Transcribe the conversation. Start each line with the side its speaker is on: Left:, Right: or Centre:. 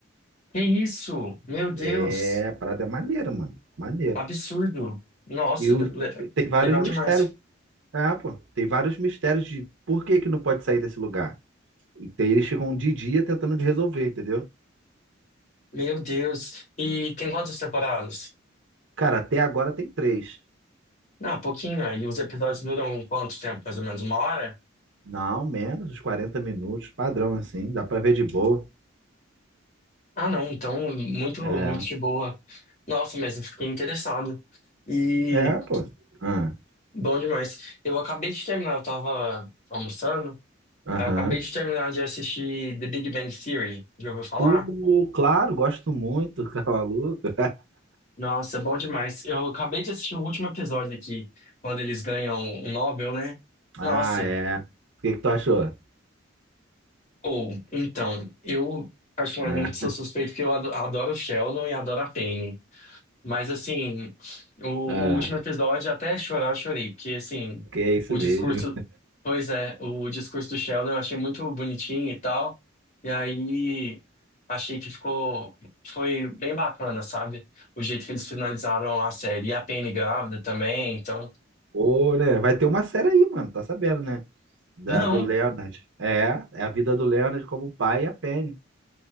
Left: Que isso? Meu Deus,
Right: É, a parada é maneira, mano. Maneiro.
Left: absurdo. Nossa,
Right: E, o-
Left: le-
Right: e tem vários
Left: legal
Right: mistérios.
Left: demais.
Right: É, pô. Tem vários mistérios de por que que não pode sair desse lugar. E tem, eles ficam um de dia tentando de resolver, entendeu?
Left: Meu Deus. E tem quantas temporadas?
Right: Cara, até agora tem três.
Left: Ah, pouquinho. E os episódios duram quanto tempo? Mais ou menos uma hora?
Right: Não, menos uns 40 minutos, padrão assim, dá pra ver de boa.
Left: Ah, não. Então, muito,
Right: É,
Left: muito de boa. Nossa, mas eu fiquei interessado. E
Right: é, pô. Ah,
Left: bom demais. Eu acabei de terminar, eu tava almoçando.
Right: Aham.
Left: Aí eu acabei de terminar de assistir The Big Bang Theory. Já ouviu falar?
Right: Pô, claro, gosto muito, <laughs> Cavaluca.
Left: Nossa, bom demais. Eu acabei de assistir o último episódio aqui, quando eles ganham o Nobel, né?
Right: Ah,
Left: Nossa.
Right: é. O que que tu achou?
Left: Ou, então, eu particularmente
Right: Ah,
Left: sou suspeito que eu ado- adoro o Sheldon e adoro a Penny. Mas assim, o, o
Right: ah,
Left: último episódio, até chorar, eu chorei, porque assim,
Right: que é isso
Left: o
Right: mesmo.
Left: discurso, pois é, o discurso do Sheldon eu achei muito bonitinho e tal. E aí achei que ficou, foi bem bacana, sabe? O jeito que eles finalizaram lá a série. E a Penny grávida também, então.
Right: Pô, né? Vai ter uma série aí, mano, tá sabendo, né? Da,
Left: Não,
Right: do Leonard. É, é a vida do Leonard como pai e a Penny.